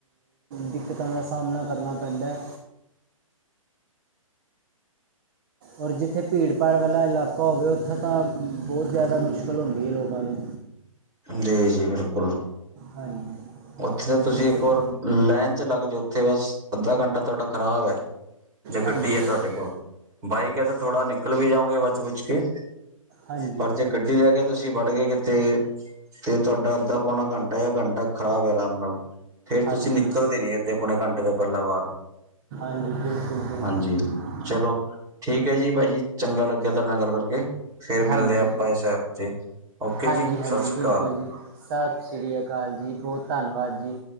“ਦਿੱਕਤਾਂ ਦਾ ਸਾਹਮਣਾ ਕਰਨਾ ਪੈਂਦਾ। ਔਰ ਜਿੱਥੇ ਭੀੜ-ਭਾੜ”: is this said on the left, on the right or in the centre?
Right